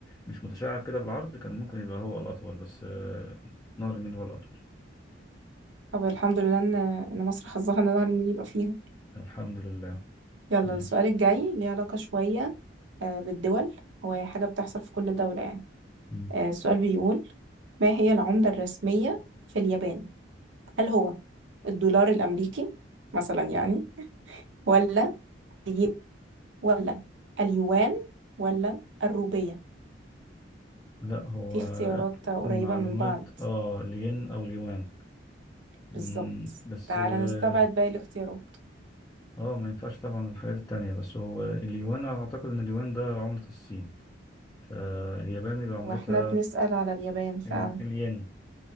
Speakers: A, on the left; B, on the right.
A: مش متشعب كده بالعرض كان ممكن يبقى هو الأطول بس آه، نهر النيل هو الأطول
B: طب الحمد لله ان ان مصر حظها ان نهر النيل يبقى فيها
A: الحمد لله
B: يلا
A: ماشي
B: السؤال الجاي ليه علاقة شوية آه، بالدول هو حاجة بتحصل في كل دولة يعني
A: مم.
B: آه، السؤال بيقول ما هي العملة الرسمية في اليابان؟ هل هو الدولار الأمريكي مثلا يعني ولا الين ولا اليوان ولا الروبية؟
A: لا هو
B: في اختيارات قريبة
A: المعلومات
B: من بعض
A: اه لين أو اليوان مم،
B: بالظبط
A: بس
B: تعالى
A: اه
B: نستبعد باقي الاختيارات
A: آه، ما ينفعش طبعا الحاجات التانية بس هو اليوان أنا أعتقد إن اليوان ده عملة الصين فاليابان يبقى عملتها
B: واحنا بنسأل على اليابان فعلا
A: ال- الين